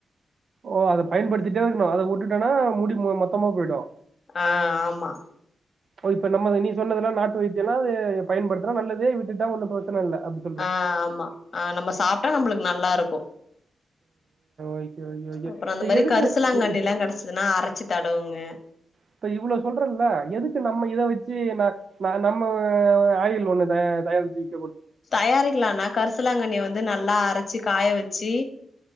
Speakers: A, on the right; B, on the left.
A: ஓ அத பயன்படுத்திட்டே இருக்கணு அத விட்டுட்டேனா முடி மொத்தமா போயிடு
B: ஆ ஆமா
A: ஓ இப்ப நம்ம நீ சொன்னதெல்லா நாட்டு வைத்தியம்னா அது பயன்டுத்துனா நல்லது விட்டுட்டா ஒன்னு பிரச்சன இல்ல அப்டி
B: ஆ ஆமா ஆ நம்ம சாப்டா நம்மளுக்கு நல்லா இருக்கு
A: ஓகே ஓகே ஓகே
B: அப்றோ இந்த
A: சரி,
B: மாரி
A: எதுக்கு
B: கரிசலாங்கண்ணிலா
A: இப்ப
B: கடைச்சிதுன்னா அரைச்சி தடவுங்க
A: இப்ப இவ்ளோ சொல்றல்ல எதுக்கு நம்ம இத வெச்சி நா நா நம்ம ஆயில் ஒன்னு தயா தயாரிச்சி விப்
B: தயாரிக்கலாண்ணா கரிசலாங்கண்ணிய வந்து நல்லா அரைச்சி காய வெச்சி